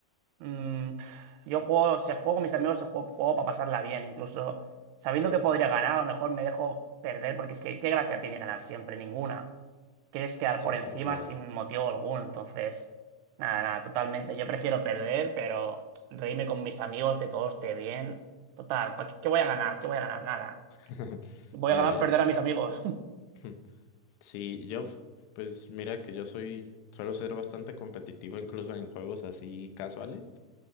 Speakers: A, on the right (about 80°); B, on the left (about 85°).
A: Mm, pf, yo juego, si juego con mis amigos, juego, juego para pasarla bien, incluso sabiendo
B: Sí,
A: que podría ganar, a lo mejor me dejo perder, porque es que, ¿qué gracia tiene ganar siempre? Ninguna. Quieres quedar
B: sí,
A: por encima
B: sí, claro.
A: sin motivo alguno, entonces, nada, nada, totalmente. Yo prefiero perder, pero reírme con mis amigos, que todo esté bien. Total, ¿pa qué, qué voy a ganar? ¿Qué voy a ganar? Nada.
B: <laughs>
A: Voy
B: Eh,
A: a ganar perder
B: s-
A: a mis amigos. <laughs>
B: <laughs> sí, yo, f- pues mira que yo soy, suelo ser bastante competitivo incluso en juegos así casuales,